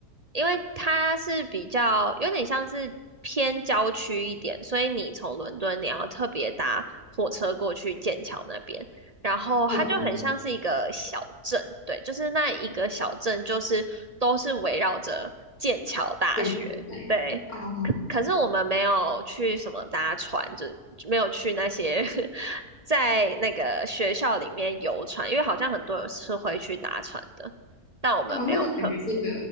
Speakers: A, on the right; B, on the left.
A: 因为它是比较有点像是偏郊区一点，所以你从伦敦你要特别搭火车过去剑桥那边，然后它就很像是一个小镇，
B: 嗯，嗯
A: 对，就是那一个小镇就是都是围绕着剑桥大学，
B: 剑桥对。
A: 对。
B: 哦
A: 可可是我们没有去什么搭船，就就没有去那些 <laughs> 在那个学校里面游船，因为好像很多人是会去搭船的，但我们没有特别。
B: 哦，那个感觉是一个